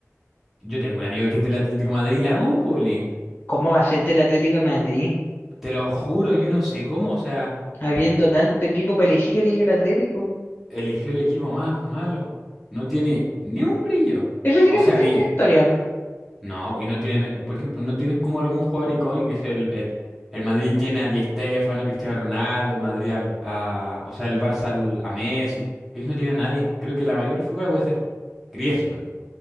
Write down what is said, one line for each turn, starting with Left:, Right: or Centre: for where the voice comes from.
Centre: Yo tengo un amigo que es del Atlético de Madrid y le hago un bullying.
Left: ¿Cómo va a ser del Atlético de Madrid?
Centre: Te lo juro, yo no sé cómo, o sea.
Left: Habiendo tanto equipo para elegir, elige el Atlético.
Centre: eligió el equipo más malo. No tiene ni un brillo.
Left: Eso sí
Centre: O
Left: que
Centre: sea,
Left: no tiene
Centre: ni.
Left: historia.
Centre: No, y no tienen, eh, por ejemplo, no tienen como algún jugador icónico que es el, el, el Madrid tiene a Di Stéfano, Cristiano Ronaldo, el Madrid al- a, o sea, el Barça al- a Messi. Ellos no tienen a nadie. Creo que la mayor figura puede ser Griezmann.